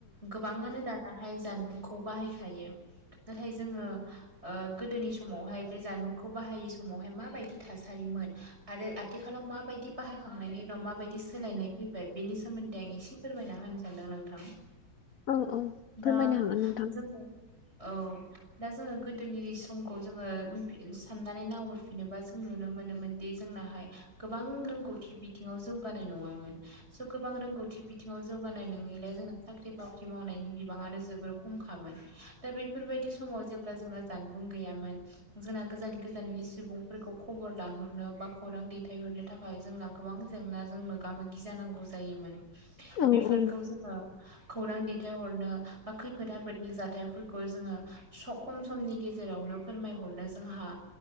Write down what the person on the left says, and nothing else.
औ फोरमायनो
हागोन नोंथां
औ
औ